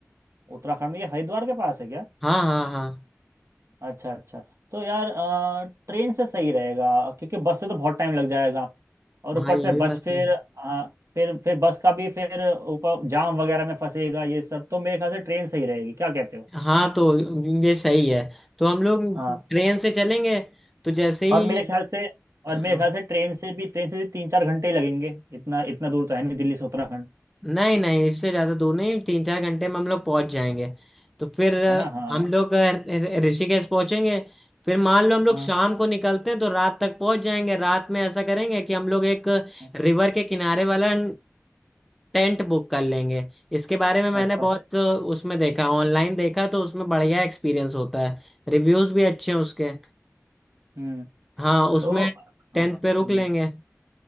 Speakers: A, on the right; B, in the centre.
A: उत्तराखंड में ये हरिद्वार के पास है क्या
B: हाँ हाँ हाँ
A: अच्छा अच्छा तो यार ट्रेन से सही रहेगा क्योंकि बस से तो बहुत टाइम लग जाएगा और
B: हाँ
A: ऊपर
B: ये
A: से
B: भी
A: बस
B: बस
A: फिर
B: में
A: आ, फिर फिर बस का भी फिर ऊपर जाम वगैरह में फंसेगा ये सब तो मेरे ख्याल से ट्रेन सही रहेगी क्या कहते
B: हाँ तो ये सही है तो हम लोग
A: हो
B: ट्रेन से चलेंगे तो जैसे ही
A: और मेरे ख्याल से और
B: हाँ,
A: मेरे ख्याल से ट्रेन से भी ट्रेन से भी तीन चार घंटे ही लगेंगे इतना इतना दूर तो है नहीं दिल्ली से उत्तराखंड
B: नहीं नहीं इससे ज़्यादा दूर नहीं तीन चार घंटे में हम लोग पहुँच जाएंगे तो फिर अ,
A: है ना हाँ
B: हम लोग अ, ऋ- ऋषिकेश पहुँचेंगे फिर मान लो हम लोग
A: हाँ
B: शाम को निकलते हैं तो रात तक पहुँच जाएंगे रात में ऐसा करेंगे कि हम लोग एक
A: हाँ,
B: रिवर के किनारे वाला टेंट बुक कर लेंगे इसके बारे में मैंने
A: अच्छा
B: बहुत अ, उसमें देखा ऑनलाइन देखा तो उसमें बढ़िया एक्सपीरियंस होता है रिव्यूज़ भी अच्छे हैं उसके
A: हम्म
B: हाँ उसमें
A: तो
B: टेंट
A: हाँ
B: पे रुक
A: हम्म,
B: लेंगे